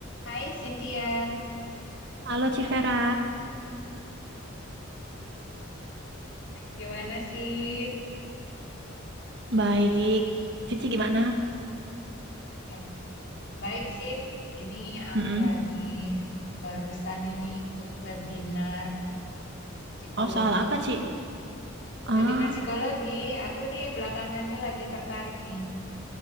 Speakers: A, on the left (about 55°); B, on the right (about 55°).
A: Hai Cynthia,
B: Halo Civera,
A: gimana Sin?
B: baik. Cici gimana?
A: Ya, baik Sin. Ini aku
B: Mm-mm.
A: lagi barusan ini ikut webinar psikologi.
B: Oh soal apa Ci? Ah,
A: Webinar psikologi, aku nih belakangan ini lagi tertarik nih